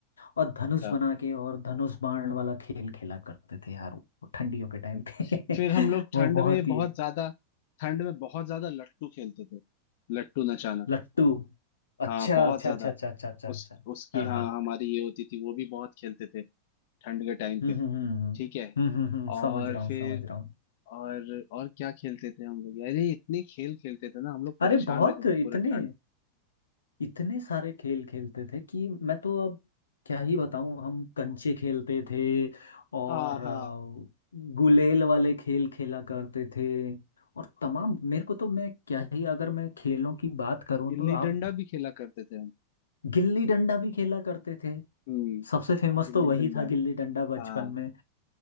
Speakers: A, on the left; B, on the left.
A: और धनुष
B: अच्छा
A: बना के और धनुष बाण वाला खेल खेला करते थे यार वो ठंडियों के टाइम
B: हम्म।
A: पे
B: फिर हम
A: <laughs>
B: लोग
A: वो
B: ठंड
A: बहुत
B: में बहुत
A: ही है
B: ज्यादा ठंड में बहुत ज्यादा लट्टू खेलते थे लट्टू नचाना
A: लट्टू अच्छा
B: हाँ बहुत
A: अच्छा
B: ज्यादा
A: अच्छा अच्छा अच्छा अच्छा
B: उस
A: अच्छा
B: उसकी
A: हाँ
B: हाँ
A: हाँ
B: हमारी ये होती थी वो भी बहुत खेलते थे ठंड के टाइम
A: हम्म
B: पे
A: हम्म हम्म हम्म हम्म,
B: ठीक है
A: हम्म, हम्म, हम्म,
B: और
A: समझ रहा हूँ
B: फिर
A: समझ रहा हूँ
B: और और क्या खेलते थे हम लोग अरे इतने खेल खेलते थे ना हम लोग
A: अरे
B: परेशान
A: बहुत
B: रहते थे
A: इतने
B: पूरे ठंड
A: इतने सारे खेल खेलते थे कि मैं तो अब क्या ही बताऊँ हम कंचे खेलते थे और
B: हाँ हाँ
A: अ, गुलेल वाले खेल खेला करते थे और तमाम मेरे को तो मैं क्या ही अगर मैं खेलों की बात करूँ
B: गिल्ली
A: तो आप
B: डंडा भी खेला करते थे
A: गिल्ली डंडा भी खेला करते थे
B: हम
A: सबसे फेमस
B: गिल्ली
A: तो वही
B: डंडा
A: था गिल्ली डंडा बचपन
B: हाँ
A: में